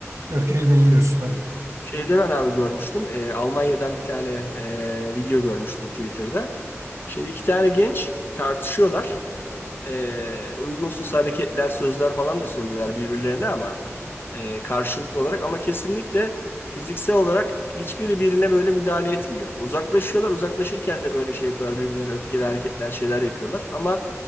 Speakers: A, on the right; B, on the left.
A: öfkeyle ilgili hususları.
B: Şeyde ben abi görmüştüm. e, Almanya'dan bir tane e, video görmüştüm Twitter'da. Şimdi iki tane genç tartışıyorlar e, uygunsuz hareketler, sözler falan da söylüyorlar birbirlerine ama e, karşılıklı olarak ama kesinlikle fiziksel olarak hiçbiri birine böyle müdahale etmiyor. Uzaklaşıyorlar, uzaklaşırken de böyle şey yapıyorlar birbirlerine öfkeli hareketler, şeyler yapıyorlar ama